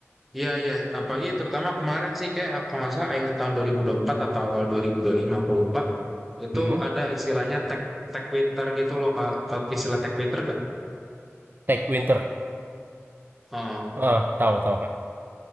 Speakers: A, in the centre; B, on the right.
A: iya iya. Apalagi terutama kemarin sih kayak aku nggak salah akhir tahun 2024 atau awal 2025 aku lupa. Itu
B: Mm-mm.
A: ada istilahnya tech tech winter gitu loh Kak. Tau Istilah tech winter gak?
B: Tech Winter,
A: Oh,
B: ah tahu tahu kak.